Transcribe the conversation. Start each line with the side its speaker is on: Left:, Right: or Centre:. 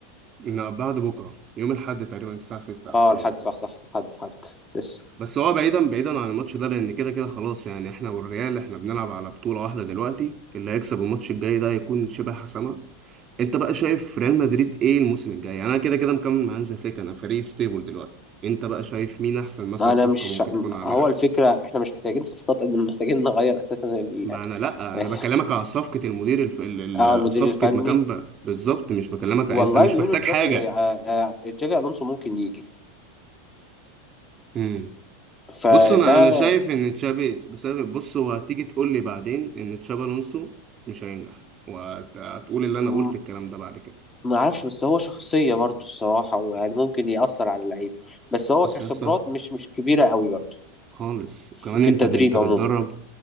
Right: إن بعد بكره يوم الاحد تقريبا الساعه 6 او
Left: اه
Right: حاجه
Left: الحد
Right: زي كده
Left: صح صح الحد الحد بس
Right: بس هو بعيدا بعيدا عن الماتش ده لان كده كده خلاص يعني احنا والريال احنا بنلعب على بطوله واحده دلوقتي اللي هيكسب الماتش الجاي ده هيكون شبه حسمه انت بقى شايف ريال مدريد ايه الموسم الجاي يعني انا كده كده مكمل مع هانز فليك انا فريق ستيبل دلوقتي انت بقى شايف مين احسن مثلا
Left: انا
Right: صفقة
Left: مش
Right: ممكن تكون عاملها
Left: هو الفكره احنا مش محتاجين صفقات قد ما محتاجين نغير اساسا ال...
Right: ما انا لا
Left: اه
Right: انا بكلمك على صفقة المدير الف... ال-
Left: آه،
Right: ال-
Left: المدير
Right: صفقة
Left: الفني
Right: مكان بقى بالظبط مش بكلمك
Left: والله
Right: ع- انت مش
Left: بيقولوا
Right: محتاج حاجة
Left: جافي آه، آه، جافي الونسو ممكن يجي
Right: امم
Left: فده
Right: بص انا انا شايف ان تشابي بسبب بص هو هتيجي تقول لي بعدين ان تشابي الونسو مش هينجح وهتقول اللي انا
Left: م-
Right: قلت الكلام ده بعد كده
Left: ما اعرفش بس هو شخصيه برضه الصراحه ويعني ممكن ياثر على اللعيب بس هو
Right: بص
Left: كخبرات
Right: يا اسطى
Left: مش مش كبيره قوي برضه
Right: خالص
Left: في
Right: وكمان
Left: في
Right: انت
Left: التدريب
Right: ب... انت بتدرب
Left: عموما